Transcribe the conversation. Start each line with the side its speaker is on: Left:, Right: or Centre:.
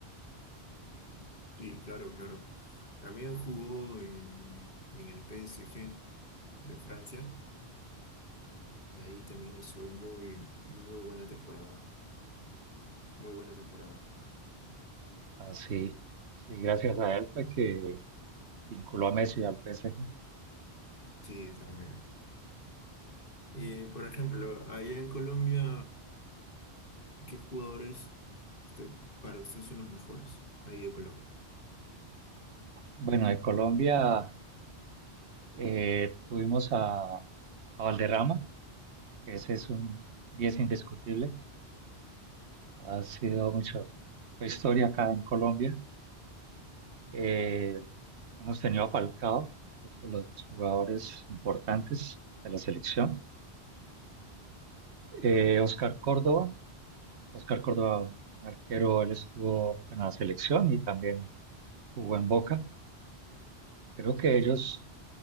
Left: sí, claro, claro. También jugó en, en el PSG de Francia. Ahí también hizo muy, muy buena temporada. Muy buena temporada.
Right: Así, sí, sí, gracias a él fue que vinculó a Messi al PSG.
Left: Sí, también. Y, por ejemplo, allá en Colombia, ¿qué jugadores usted, para usted son los mejores ahí de Colombia?
Right: Bueno, de Colombia eh, tuvimos a, a Valderrama, que ese es un 10 indiscutible. Ha sido mucho, fue historia acá en Colombia. Eh, hemos tenido a Falcao, otro de los jugadores importantes de la selección.
Left: Ya.
Right: Eh, Oscar Córdoba, Oscar Córdoba, un arquero, él estuvo en la selección y también jugó en Boca. Creo que ellos,